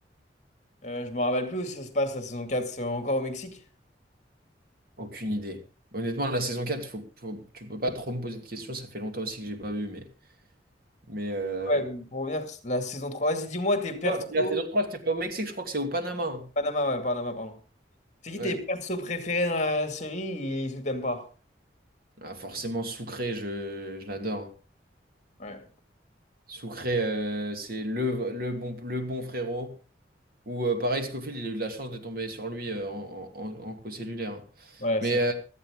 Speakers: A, on the left (about 40°); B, on the right (about 55°).
A: Euh, je me rappelle plus où ça se passe la saison quatre. c'est encore au Mexique.
B: Aucune idée. Honnêtement, la saison quatre faut, faut- tu peux pas trop me poser de questions. Ça fait longtemps aussi que j'ai pas vu, mais. Mais euh,
A: Ouais, mais pour revenir, la saison 3. Vas-y, dis-moi tes persos.
B: Ah, la saison trois c'était pas au Mexique, je crois que c'est au Panama. hein.
A: Panama, ouais, Panama, pardon. C'est qui
B: Ouais.
A: tes persos préférés dans la série et ceux que t'aimes pas?
B: Ah, forcément, Soucré, je, je l'adore.
A: Ouais.
B: Soucré, euh, c'est le, le bon, le bon frérot. Ou euh, pareil, Scofield, il a eu de la chance de tomber sur lui euh, en, en, en- en co-cellulaire. hein.
A: Ouais,
B: Mais,
A: c'est.
B: euh,